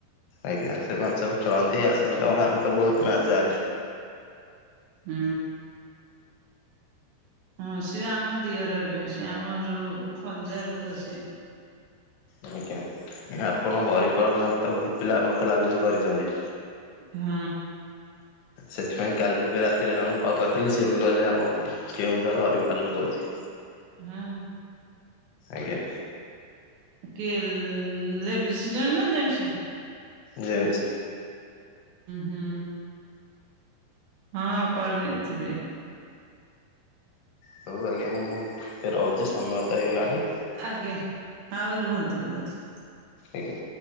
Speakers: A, on the left; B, on the right.
A: ଆଜ୍ଞା ସେମାନେ ସବୁ ଖେଳନ୍ତି ଆସନ୍ତି। ତମ ଗାଁ ତ ବହୁତ ମ୍ୟାଚ୍ ଯାଏ।
B: ହୁଁ ହଁ ସେି ଆମ ଦିଅ ରହିବେ ସେ ଆମର ଯୋଉ ଖଞ୍ଜା ଲୋକ ସ
A: ଆଜ୍ଞା ଆପଣ ବରିପାଳ ଖାଆନ୍ତି ତ ବହୁତ ପିଲା ମତେ ଲାଗୁଛି କରିଛନ୍ତି।
B: ହୁଁ।
A: ସେଥିପାଇଁ କାଲି ବି ରାତିରେ ଜଣକୁ କଲ୍ କରିଥିଲି ସେବି କଇଲେ ଆମ କେଉଁଝର ହରିପାଲ ରୁ କହୁଛି।
B: ହଁ।
A: ଆଜ୍ଞା।
B: କି ଲେଡିସ୍ ଜଣେ ନା ଜେନସ।
A: ଜେନସ।
B: ହୁଁ ହଁ କରିଦେଇଥିବେ।
A: ହଉ ଆଜ୍ଞା ମୁଁ ଏବେ ରହୁଛି ସମୟ ତ ହେଇଗଲାଣି।
B: ଆଜ୍ଞା ହଉ ରୁହନ୍ତୁ ରୁହନ୍ତୁ।
A: ଆଜ୍ଞା।